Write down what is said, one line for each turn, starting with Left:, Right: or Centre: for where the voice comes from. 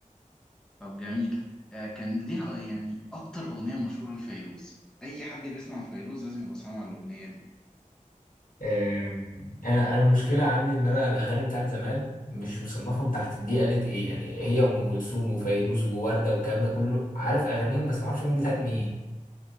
Centre: طب جميل آه كان ليها آه، يعني اكتر اغنيه مشهوره لفيروز اي حد بيسمع فيروز لازم يبقى سامع الاغنيه دي
Left: آم، انا انا المشكله عندي ان انا الاغاني بتاعت زمان مش مصنفهم تحت دي قالت ايه يعني هي ام كلثوم وفيروز ووردة والكلام ده كله عارف اغانيهم بس ما اعرفش مين بتاعت مين